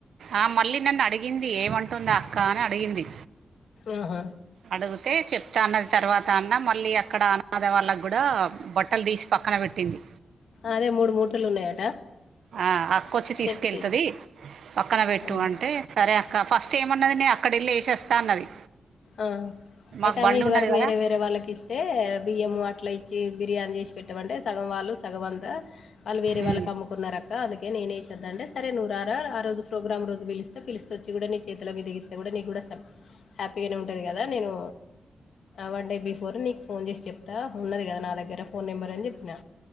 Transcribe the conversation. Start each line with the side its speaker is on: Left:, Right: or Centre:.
Right: ఆ మళ్ళీ నన్ను అడిగింది ఏమంటుందా అక్క అని అడిగింది
Left: అహ
Right: అడిగితే చెప్తా అన్న తర్వాత అన్న మళ్ళీ అక్కడ అన్నది వాళ్ళకి కూడా బట్టలు తీస్ పక్ పక్కన పెట్టింది
Left: అదే మూడు మూటలు ఉన్నాయట
Right: ఆ అక్కొచ్చి తీసుకెళతది
Left: చెప్పిద్ది
Right: పక్కన పెట్టు
Left: ఆ
Right: అంటే సరే అక్ ఫస్ట్ ఏమన్నది నే అక్కడ ఎల్లి ఏసేస్తా అన్నది
Left: ఆ అయితే
Right: మాకు
Left: ఆమె
Right: బండి
Left: ఇదివరకు
Right: ఉన్నది కదా
Left: వేరే వేరే వాళ్ళకి ఇస్తే బియ్యము అట్లా ఇ ఇచ్చి బిర్యానీ చేసి పెట్టమంటే సగం వాళ్ళు సగంతా వాళ్ళు వేరే వాళ్ళకి
Right: ఉమ్
Left: అమ్ముకున్నారక్ అందుకే నేనే యెషోద్ధ అంటే సరే నువ్ రార ఆ రోజు ప్రోగ్రామ్ రోజు పిలిస్తే పిలిస్త వచ్చి కూడా నీ చేతిల మీద దిగిస్తే కూడా నీకు కూడా హ్యాపీగానే ఉంటుంది కదా నేను వన్ డే బిఫోర్ నీకు ఫోన్ చేసి చెప్తా ఉన్నది కదా నా దగ్గర ఫోన్ నెంబర్ అని చెప్పినా